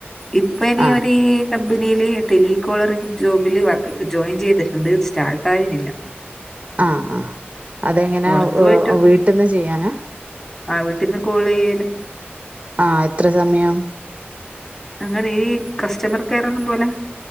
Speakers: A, on the left; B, on the right.
A: ഇപ്പനി
B: ആഹ്
A: ഒരീ. കമ്പനിയില് ടെലികോളറിങ് ജോബില് വർ ജോയിൻ ചെയ്തിട്ടുണ്ട് സ്റ്റാർട്ട് ആയിന്നില്ല.
B: ആഹ് ആഹ് അതെങ്ങനാ
A: പൊറത്ത് പോയിട്ട്
B: വീട്ടിന്ന് ചെയ്യാനാ
A: ആ വീട്ടിന്ന് കോൾ ചെയ്യ്‌
B: ആഹ് എത്ര സമയം
A: അങ്ങനെ ഈ കസ്റ്റമർ കെയർ ഒന്നും പോലെ